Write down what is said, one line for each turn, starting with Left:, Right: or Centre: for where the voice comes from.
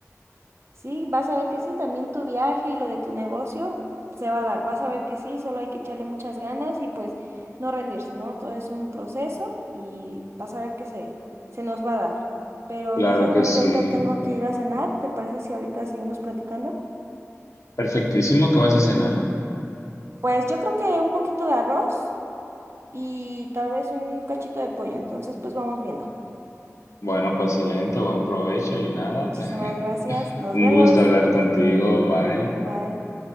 Right: Sí, vas a ver que sí, también tu viaje y lo de tu negocio se va a dar, vas a ver que sí, solo hay que echarle muchas ganas y pues no rendirse, ¿no? Todo es un proceso y vas a ver que se, se nos va a dar. Pero
Left: Claro
Right: no sabes,
Left: que
Right: Marita,
Left: sí.
Right: ahorita tengo que ir a cenar, ¿te parece si ahorita seguimos platicando?
Left: Perfectísimo, ¿qué vas a cenar?
Right: Pues yo creo que un poquito de arroz y tal vez un cachito de pollo, entonces pues vamos viendo.
Left: Bueno, pues excelente, buen provecho y nada.
Right: Muchísimas
Left: <laughs>
Right: gracias, nos
Left: Un
Right: vemos,
Left: gusto hablar contigo, bye.
Right: bye.